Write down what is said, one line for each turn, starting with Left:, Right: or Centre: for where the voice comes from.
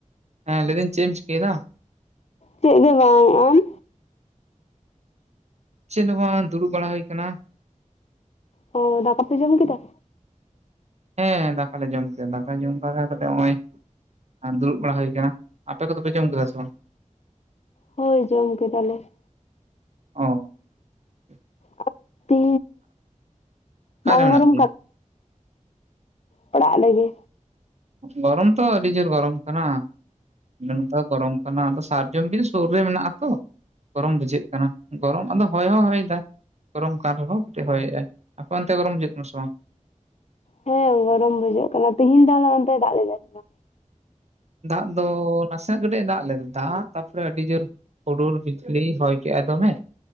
Right: ᱦᱮᱸ ᱞᱟᱹᱭᱫᱟᱹᱧ ᱪᱮᱫ ᱮᱢ ᱪᱤᱠᱟᱹᱭᱮᱫᱟ?
Left: ᱪᱮᱫ <unintelligible> ᱵᱟᱝ ᱾ ᱟᱢ?
Right: ᱪᱮᱫ ᱦᱚᱸ ᱵᱟᱝ ᱫᱩᱲᱩᱵ ᱵᱟᱲᱟ ᱦᱩᱭ ᱟᱠᱟᱱᱟ ᱾
Left: ᱚ, ᱫᱟᱠᱟ ᱯᱮ ᱡᱚᱢ ᱠᱮᱫᱟ?
Right: ᱦᱮᱸ, ᱫᱟᱠᱟᱞᱮ ᱡᱚᱢ ᱠᱮᱫᱟ ᱾ ᱫᱟᱠᱟ ᱡᱚᱢ ᱵᱟᱲᱟ ᱠᱟᱛᱮ ᱱᱚᱜᱼᱚᱭ ᱫᱩᱲᱩᱵ ᱵᱟᱲᱟ ᱦᱩᱭ ᱟᱠᱟᱱᱟ ᱾ ᱟᱯᱮ ᱠᱚᱫᱚ ᱯᱮ ᱡᱚᱢ ᱠᱮᱫᱟ ᱥᱮ ᱵᱟᱝ?
Left: ᱦᱚᱭ, ᱡᱚᱢ ᱠᱮᱫᱟᱞᱮ ᱾
Right: ᱚ ᱾
Left: ᱟᱨ ᱛᱤ
Right: ᱚᱠᱟᱨᱮ
Left: ᱵᱟᱝ
Right: ᱢᱮᱱᱟᱜ
Left: ᱜᱚᱨᱚᱢ
Right: ᱯᱮᱭᱟ
Left: ᱠᱟᱱ? ᱯᱟᱲᱟᱜ ᱞᱮᱜᱮ᱾
Right: ᱜᱚᱨᱚᱢ ᱛᱚ ᱟᱹᱰᱤ ᱡᱩᱨ ᱜᱚᱨᱚᱢ ᱠᱟᱱᱟ᱾ <unintelligible> ᱫᱚ ᱜᱚᱨᱚᱢ ᱠᱟᱱᱟ ᱟᱫᱚ ᱥᱟᱨᱡᱚᱢ ᱵᱤᱨ ᱥᱩᱨ ᱨᱮ ᱢᱮᱱᱟᱜᱼᱟ ᱛᱚ᱾ ᱜᱚᱨᱚᱢ ᱵᱩᱡᱷᱟᱹᱜ ᱠᱟᱱᱟ ᱜᱚᱨᱚᱢ ᱟᱫᱚ ᱦᱚᱭ ᱦᱚ ᱵᱟᱭ ᱦᱚᱭ ᱫᱟᱭ᱾ ᱜᱚᱨᱚᱢ ᱠᱟᱱ ᱨᱮᱦᱚᱸ ᱠᱟᱹᱴᱤᱡ ᱦᱚᱭᱮᱜᱼᱟᱭ, ᱟᱯᱮ‌ ᱚᱱᱛᱮ ᱜᱚᱨᱚᱢ ᱵᱩᱡᱷᱟᱹᱜ ᱠᱟᱱᱟ ᱥᱮ ᱵᱟᱝ?
Left: ᱦᱮᱸ ᱜᱚᱨᱚᱢ ᱵᱩᱡᱷᱟᱹᱜ ᱠᱟᱱᱟ ᱛᱮᱦᱤᱧ ᱫᱚ <unintelligible> ᱚᱱᱛᱮ ᱫᱟᱜ ᱞᱮᱫᱟᱭ ᱥᱮ ᱵᱟ?
Right: ᱫᱟᱜ ᱫᱚ ᱱᱟᱥᱮ ᱱᱟᱜ ᱠᱟᱹᱴᱤᱡ ᱫᱟᱜ ᱞᱮᱫᱟ ᱫᱟᱜ ᱛᱟᱯᱚᱨᱮ ᱟᱹᱰᱤ ᱡᱩᱨᱼᱼ ᱦᱩᱰᱩᱨ ᱵᱤᱡᱽᱞᱤ ᱦᱚᱭ ᱠᱮᱜᱼᱟᱭ ᱫᱚᱢᱮ